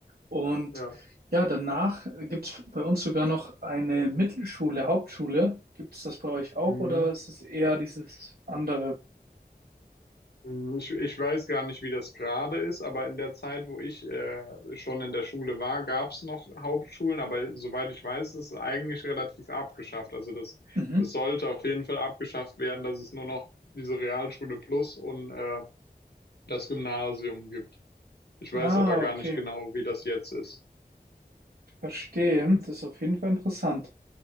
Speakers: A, on the right; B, on the left.
A: Und
B: Ja.
A: ja, danach gibt es bei uns sogar noch eine Mittelschule, Hauptschule. Gibt es das bei euch auch
B: Mhm.
A: oder ist es eher dieses andere?
B: Mhm. Ich, ich weiß gar nicht, wie das gerade ist, aber in der Zeit, wo ich äh, schon in der Schule war, gab es noch Hauptschulen, aber soweit ich weiß, ist es eigentlich relativ abgeschafft. Also das,
A: Mhm.
B: es sollte auf jeden Fall abgeschafft werden, dass es nur noch diese Realschule Plus und äh, das Gymnasium gibt. Ich weiß
A: Ah,
B: aber gar
A: okay.
B: nicht genau, wie das jetzt ist.
A: Verstehe, das ist auf jeden Fall interessant.